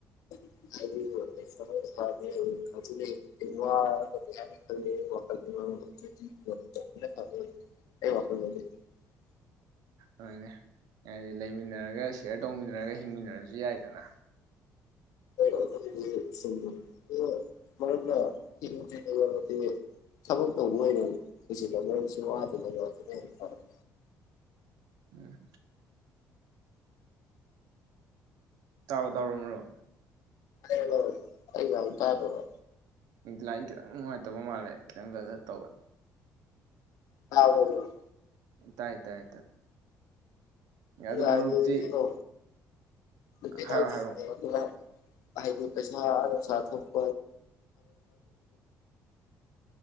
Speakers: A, on the left; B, on the right.
A: ꯋꯥ ꯀ ꯋꯥ
B: ꯑꯗꯨꯅꯦ ꯍꯥꯏꯗꯤ ꯂꯩꯃꯤꯟꯅꯔꯒ ꯁꯤꯌꯥꯔ ꯇꯧꯃꯤꯟꯅꯔꯒ ꯍꯤꯡꯃꯤꯟꯅꯔꯁꯨ ꯌꯥꯏꯗꯅ
A: ꯑꯩꯈꯣꯏꯗꯤ ꯃꯔꯝ ꯍꯤꯁꯤꯕ ꯑꯃꯗꯤ ꯊꯕꯛ ꯇꯧꯕ ꯑꯣꯏꯅ ꯍꯨꯖꯤꯜꯕ ꯃꯔꯝꯁꯨ ꯋꯥꯗꯅ ꯑꯗꯨꯅ ꯍꯦꯟꯅ ꯐꯔꯛ
B: ꯎꯝ ꯇꯥꯔꯣ ꯇꯥꯔꯣ ꯃꯔꯨꯞ
A: ꯑꯔꯦ ꯑꯩꯉꯥꯡ ꯇꯥꯗꯔꯥꯕ
B: ꯂꯥꯏ ꯈꯤꯇꯪ ꯅꯨꯡꯉꯥꯏꯇꯕ ꯃꯥꯜꯂꯦ ꯈꯤꯇꯪ ꯈꯠ ꯈꯠ ꯇꯧꯋꯦ
A: ꯇꯥꯕꯔꫭ
B: ꯇꯥꯏ ꯇꯥꯏ ꯑꯗꯨ
A: ꯑꯩꯗꯤꯅ
B: ꯃꯔꯨꯞꯇꯤ
A: ꯐꯋꯇꯤ
B: ꯍꯥꯏꯔꯣ ꯍꯥꯏꯔꯣ
A: ꯊꯥꯎꯖꯟ ꯍꯥꯏꯗꯤ ꯄꯩꯁꯥ ꯅꫭꯡꯁꯥ ꯊꫭꯛꯞ